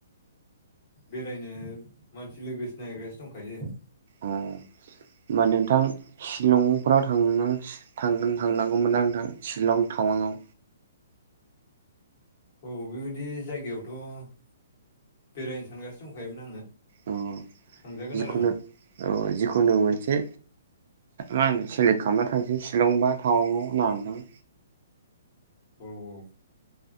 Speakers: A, on the left; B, on the right.
A: बेरायनो मानसि लोगो सिनायग्रासो दंखायो।
B: अ होनोमबा नोंथां सिलंफोराव थांनां थांगोन। थांनांगौमोना नोंथां शिलं टावांआव
A: औ बेबायदि जायगायावथ' बेरायनो सानगासिनो दंखायोमोन आङो।
B: अ
A: थांजागोन
B: जिखुनु
A: आरो माने
B: औ जिखुनु मोनसे मा होनो सेलेक्ट खालामना थांसै शिलं बा टावांआव होना नोंथां।
A: औ औ